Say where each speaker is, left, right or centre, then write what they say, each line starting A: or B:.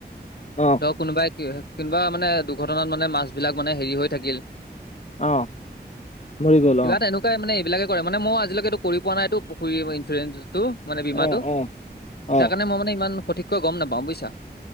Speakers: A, on the left; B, on the left.
A: অ।
B: ধৰক কোনোবাই কোনোবা মানে দুৰ্ঘটনাত মানে মাছ বিলাক মানে হেৰি হৈ থাকিল।
A: অ। মৰি গ'ল
B: কিবা
A: অ
B: তেনেকুৱাই মানে এইবিলাকে কৰে মানে মই আজিলৈকেটো কৰি পোৱা নাইতো পুখুৰী ইঞ্চুৰেঞ্চটো। মানে বীমাটো,
A: অ অ অ
B: তাৰ কাৰণে মই মানে ইমান সঠিককৈ গম নাপাওঁ বুইছা।